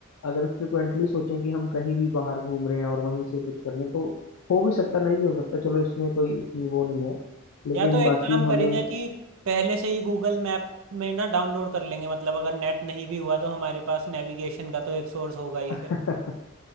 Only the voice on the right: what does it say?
या तो एक
काम करेंगे
कि पहले से ही गूगल मैप में ना डाउनलोड कर लेंगे मतलब अगर नेट नहीं भी हुआ तो हमारे पास नेविगेशन का तो एक सोर्स होगा ही
फिर